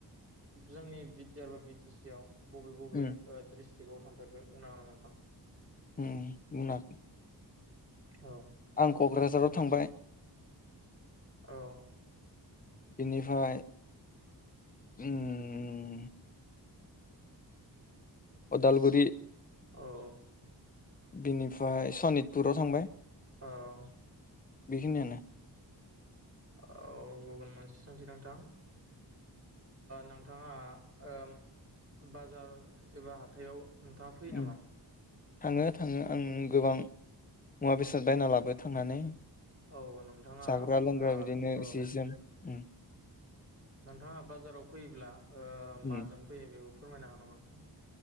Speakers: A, on the right; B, on the left.
A: जोंनि बि टि आर बा बि टि सि आव बबे बबे
B: उम
A: ओ द्रिस थिखङाव थांफेरगो बुंनो हागोन नामा नोंथां?
B: ओम बुंनो हागोन।
A: औ
B: आं क'क्राझाराव थांबाय
A: औ
B: बिनिफ्राय ओम उदालगुरि
A: औ
B: बिनिफ्राय सनितपुराव थांबाय
A: औ
B: बेखिनियानो
A: औ गुबुन मोनसे सोंथि नोंथां नोंथाङा ओ बाजार एबा हाथायाव नोंथाङा फैयो
B: उम
A: नामा?
B: थाङो थाङो आं गोबां मुवा बेसाद बायना लाबो थांनानै
A: औ नोंथाङा
B: जाग्रा लोंग्रा
A: ओ
B: बिदिनो
A: औ
B: जि जोम उम
A: नोंथाङा बाजाराव फैयोब्ला ओ माजों
B: उम
A: फैयो बे फोरमायनो हागोन नामा नोंथां